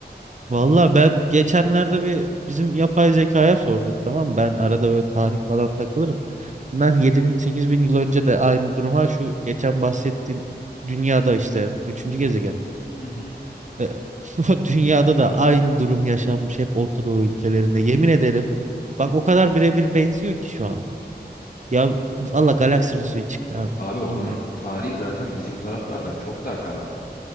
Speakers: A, on the left; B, on the right.
A: Hani
B: Valla ben geçenlerde bir bizim yapay zekaya sordum tamam mı? Ben arada böyle tarih falan takılırım. Bundan 7000 8000 yıl önce de aynı durum ha şu geçen bahsettiğin dünyada işte üçüncü gezegen.
A: hı hı.
B: Ee, <laughs> o dünyada da aynı durum yaşanmış hep Orta Doğu ülkelerinde. Yemin ederim bak o kadar birebir benziyor ki şu anda. Ya valla galaksinin suyu çıktı
A: Yok
B: abi
A: abi oranın
B: bilmiyorum.
A: tarihi zaten bizim taraflardan çok daha karanlık.